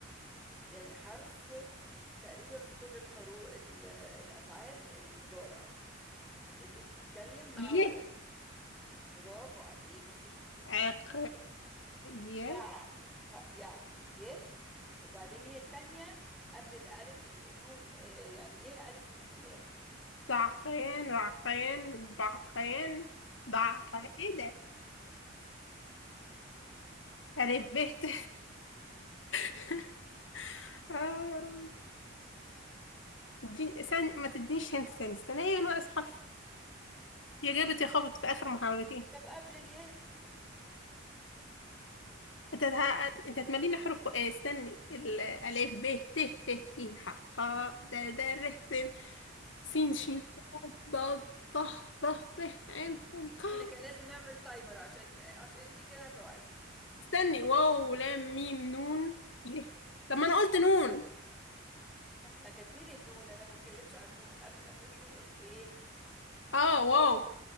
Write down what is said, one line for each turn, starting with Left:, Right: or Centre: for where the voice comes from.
Centre: يعني حرف في تقريبا في كل الحروف ال- آه، الأفعال المضارع اللي بتتكلم مع
Left: يه
Centre: ولد برافو عليكي
Left: عق
Centre: <laughs>
Left: يه
Centre: يعق يعق يه وبعدين يه التانية قبل الألف النون آه، يعني يه ألف نون في الآخر
Left: صعقين رعقين بعقين ضعقين ايه ده ألف ب ت <laughs> آه يا رب اديني- استني ما تدينيش هنت تاني استني ايه ناقص حرف يا جابت يا خبط في آخر محاولتين
Centre: طب قبل اليه
Left: انت ه... انت هتمليني حروف ك- آه، استني الألف ب ت ت ج ح خ د د ر س سين شين ضاد ضه ضه ف عين عين قاف
Centre: احنا كان لازم نعمل تايمر عشان عشان انت كده هتقعي
Left: استني واو لام ميم نون يه. طب ما انا قلت نون
Centre: ما احنا كاتبين النون انا ما بتكلمش عن النون قبل ما تقولي نون قلتي ايه
Left: اه واو